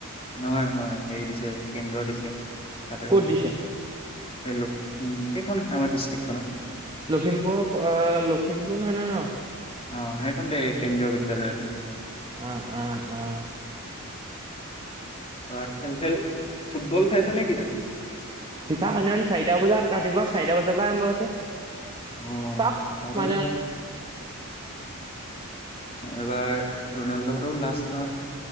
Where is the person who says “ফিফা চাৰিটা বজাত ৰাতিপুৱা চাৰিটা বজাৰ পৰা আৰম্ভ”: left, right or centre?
Right